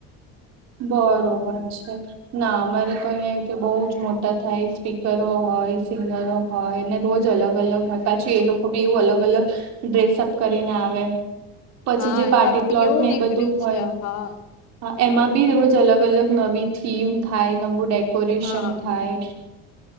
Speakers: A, on the right; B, on the left.
A: બરોબર છે ના અમારે તો અહં રીતે બહુ જ મોટા થાય સ્પીકરો હોય સિંગરો હા એને રોજ અલગ અલગ પાછી એ લોકો બી એવું અલગ અલગ ડ્રેસઅપ કરીને આવે પછી
B: હા
A: જે પાર્ટી
B: એમાં બી
A: પ્લોટ
B: કેવું
A: ને
B: નીકળ્યું
A: એ બધું હોય
B: છે હા હા
A: એમાં રોજ અલગ અલગ નવી થીમ થાય નવું ડેકોરેશન
B: હા
A: થાય